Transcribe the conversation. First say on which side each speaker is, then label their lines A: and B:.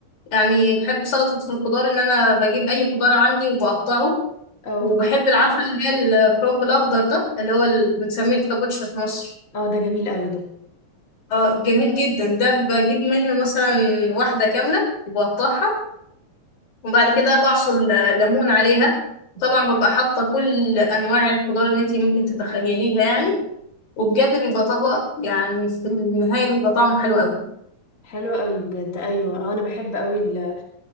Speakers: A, on the left (about 70°); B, on the left (about 25°).
A: يعني بحب سلطه الخضار ان انا بجيب اي خضار عندي وبقطعه
B: اه
A: وبحب العفه اللي هي الكرنب الاخضر ده اللي هو ال- بنسميه الكابوتشا في مصر
B: اه ده جميل قوي ده
A: اه جميل جدا ده بجيب منه مثلا واحده كامله وبقطعها وبعد كده بعصر ل- ليمون عليها طبعا ببقى حاطه كل انواع الخضار اللي انت ممكن تتخيليها يعني وبجد بيبقى طبق يعني في النهاية بيبقى طعمه حلو أوي
B: حلو قوي بجد ايوه اه انا بحب قوي ال-